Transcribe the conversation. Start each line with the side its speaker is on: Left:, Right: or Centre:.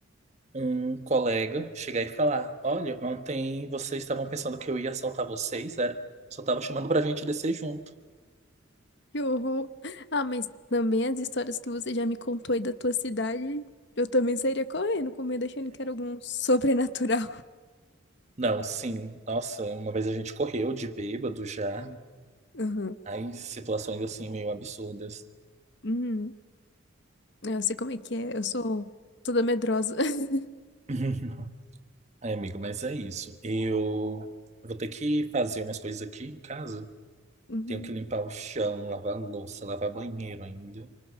Right: um colega chegar e falar: Olha, ontem vocês estavam pensando que eu ia assaltar vocês, era? Só tava chamando pra gente descer junto.
Left: Que horror. Ah, mas também as histórias que você já me contou aí da tua cidade, eu também sairia correndo, com medo, achando que era algum <laughs> sobrenatural.
Right: Não, sim. Nossa, uma vez a gente correu de bêbado já.
Left: Uhum.
Right: Aí, situações assim meio absurdas.
Left: Uhum. É, Eu sei como é que é, eu sou toda medrosa. <laughs>
Right: <laughs> Ai, amigo, mas é isso. Eu vou ter que fazer umas coisas aqui em casa.
Left: Uhum.
Right: Tenho que limpar o chão, lavar a louça, lavar banheiro ainda.